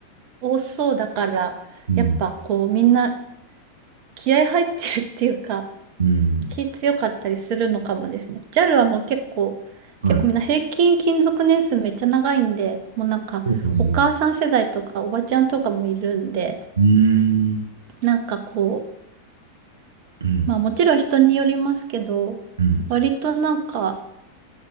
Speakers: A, on the right; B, on the right.
A: 多そうだから、
B: うん。
A: やっぱこうみんな気合入ってるっていうか、
B: うん。
A: 気強かったりするのかもですね。JAL はもう結構、
B: はい。
A: 結構みんな平均勤続年数めっちゃ長いんで、もうなんかお母さん世代とかおばちゃんとかもいるんで、
B: そうなんだ。うーん。
A: なんかこう、
B: うん。
A: まあもちろん人によりますけど、
B: うん。
A: 割となんか、